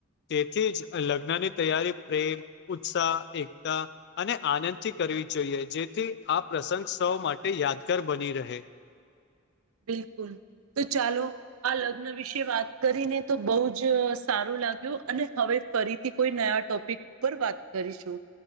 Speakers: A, on the left (about 55°); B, on the right (about 85°).
A: તેથી જ લગ્નની તૈયારી પ્રેમ ઉત્સાહ એકતા અને આનંદથી કરી. જોઈએ જેથી આ પ્રસંગ સૌ માટે યાદગાર બની રહે.
B: બિલકુલ તો ચાલો આ લગ્ન વિશે વાત કરીને તો બહુ જ સારું. લાગ્યો અને હવે ફરીથી કોઈ નયા ટોપિક <unintelligible> વાત કરીશું.